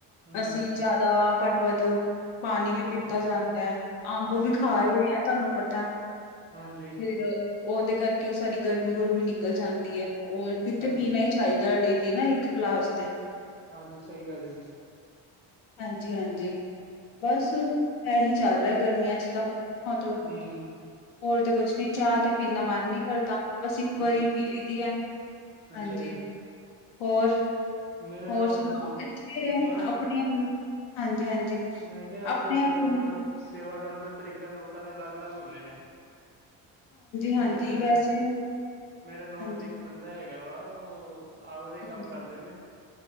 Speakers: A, on the right; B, on the left.
A: ਹੂੰ
B: ਅਸੀਂ ਜ਼ਿਆਦਾ ਘੱਟ- ਵੱਧ। ਪਾਣੀ ਵੀ ਪੀਤਾ
A: ਹੂੰ-ਹੂੰ,
B: ਜਾਂਦਾ ਹੈ। ਅੰਬ ਵੀ ਖਾ ਹੀ ਰਿਹਾ ਆ ਤੁਹਾਨੂੰ ਪਤਾ।
A: ਹਾਂਜੀ।
B: ਫਿਰ ਉਹਦੇ ਕਰਕੇ ਉਹ ਸਾਰੀ ਗਰਮੀ- ਗੁਰਮੀ ਨਿਕਲ ਜਾਂਦੀ ਹੈ। ਉਹ ਕਿੱਥੇ
A: ਹਾਂਜੀ,
B: ਪੀਣਾ
A: ਹਾਂਜੀ,
B: ਹੀ ਚਾਹੀਦਾ ਡੇਲੀ ਨਾ ਇਕ ਗਲਾਸ ਤੇ।
A: ਹਾਂਜੀ ਸਹੀ ਗੱਲ ਹੈ ਜੀ।
B: ਹਾਂਜੀ- ਹਾਂਜੀ ਬਸ ਇਹੀ ਚੱਲ ਰਿਹਾ, ਗਰਮੀਆਂ ਚ ਤਾਂ। ਹ
A: ਹੂੰ-ਹੂੰ,
B: ਹੋਰ ਤੇ ਕੁਛ ਨੀ ਚਾਹ ਤੇ? ਪੀਣ ਦਾ ਮਨ ਨਹੀਂ ਕਰਦਾ ਬਸ ਇੱਕ ਵਾਰੀ
A: ਅੱਛਾ
B: ਪੀ ਲਈ ਦੀ ਹੈ।
A: ਅੱਛਾ
B: ਹਾਂਜੀ
A: ਜੀ।
B: ਹੋਰ,
A: ਮੇਰੇ
B: ਹੋਰ
A: ਉਹ
B: ਸੁਣਾਓ
A: ਨੌ
B: ਇਥੇ
A: ਬਸ
B: ਆਪਣੇ ਹਾਂਜੀ- ਹਾਂਜੀ।
A: ਮੈਂ ਕਿਹਾ ਅੱਜ
B: ਆਪਣੇ
A: ਕੱਲ
B: ਹਾਂਜੀ
A: ਸੇਵਾ ਕਰਨ, ਸੇਵਾ ਕਰਨ ਦਾ ਤਰੀਕਾ ਲੋਕਾਂ ਦੇ ਅਲੱਗ- ਅਲੱਗ ਹੁੰਦੇ ਨੇ।
B: ਹਾਂਜੀ
A: ਮੇਰੇ।
B: ਵੈਸੇ
A: ਮੇਰੇ ਨੌਨ
B: ਹਾਂਜੀ
A: ਚ ਇੱਕ ਬੰਦਾ ਹੈਗਾ ਵਾ, ਉਹ ਆਲੋ ਦਾ ਹੀ
B: ਹਾਂਜੀ
A: ਕੰਮ ਕਰਦੇ ਨੇ।